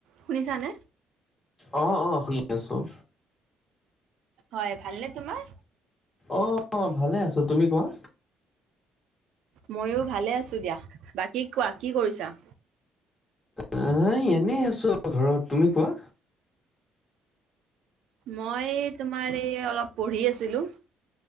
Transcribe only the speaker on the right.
শুনিছানে?
হয়, ভালনে তোমাৰ?
মইয়ো ভালে আছো দিয়া, বাকী কোৱা কি কৰিছা?
মই তোমাৰ এই অলপ পঢ়ি আছিলোঁ।